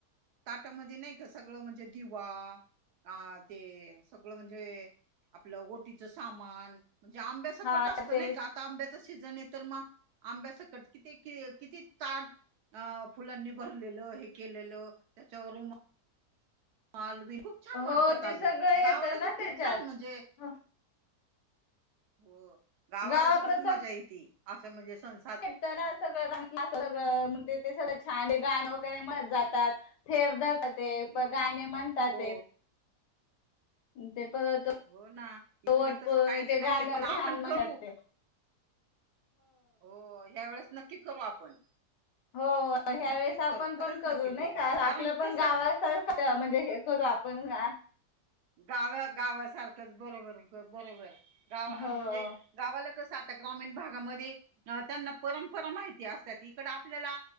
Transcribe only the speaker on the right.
ताटामध्ये नाही का सगळं म्हणजे दिवा अ ते सगळं म्हणजे आपलं ओटीचं सामान. ते आंब्यासकट
असतं
नाही का आता आंब्याचा सीझन आहे तर मग आंब्याचा सकट किती किती ताट, अ फुलांनी भरलेलं हे केलेलं त्याच्यावर रु माल विण खूप छान
वाटतात
अगं
गावाला
तर खूप
छान म्हणजे
हो गावाला
तर खूप मजा येते असं म्हणजे सं
हो
हो ना
इकडे तसं काहीच
नाहीये
पण आपण
करू
हो ह्या वेळेस नक्की करू आपण,
नक्कीच
करू खरंच
नक्की
कारण
तस
गाव्या गावासारखं. त बरोबर बरोबर गावा आ
म्हणजे गावाला कस आता ग्रामीण भागामध्ये, अ त्यांना परंपरा माहिती असतात इकड आपल्याला,